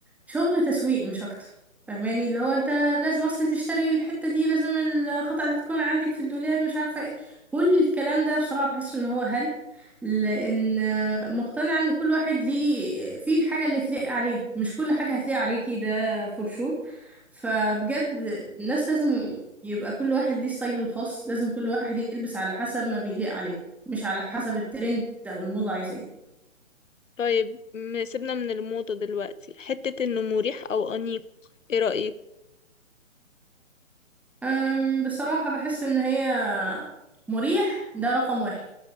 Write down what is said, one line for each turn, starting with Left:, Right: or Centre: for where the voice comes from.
Centre: شغل تسويق مش أكتر فاهماني اللي هو أنت لازم أصل تشتري الحتة دي لازم القطعة دي تكون عندك في الدولاب مش عارفة إيه كل الكلام ده بصراحة بحس إن هو هري لأن آه، مقتنعة إن كل واحد ليه فيه الحاجة اللي تليق عليه مش كل حاجة هتليق عليكي ده فور شور فبجد الناس لازم يبقى كل واحد ليه ستايله الخاص لازم كل واحد يلبس على حسب ما بيليق عليه مش على حسب الترند او الموضة عايزة ايه
Left: طيب م- سيبنا من الموضة دلوقتي حتة انه مريح او انيق ايه رأيك
Centre: أم، بصراحة بحس ان هي مريح ده رقم واحد